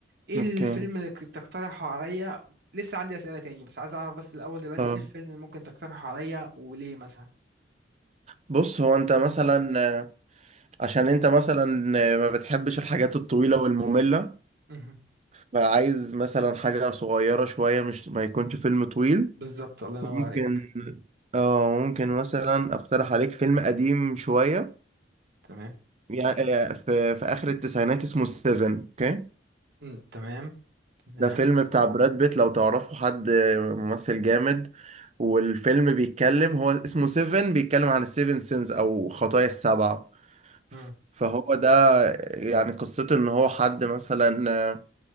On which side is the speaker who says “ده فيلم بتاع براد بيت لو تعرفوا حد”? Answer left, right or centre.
Right